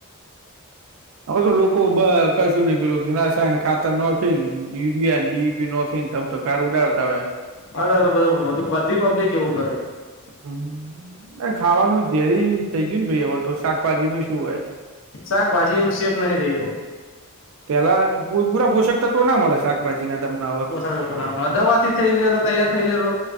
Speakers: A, on the right; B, on the left.
A: હવે તો લોકો કશું નહી પીું રાસાયણ ખાતર નખે ને ર ડીપી નખીને તમ તો કાર ઉડાડતા હોય
B: હાાા બધું બધું બધી પબ્લિક એવું કરે
A: હમ ખાવાનું ઝેરી થઇ ગયું ને ભાઈ હવે તો શાકભાજી માં શું હોય
B: શાકભાજી સેફ નહી રહી
A: પેલા પુરા પોષકતા તો ના મળે શાકભાજી ના તમને હવા
B: ઓછ દવાથી થઈ લેલો તૈયાર થઈ લેલો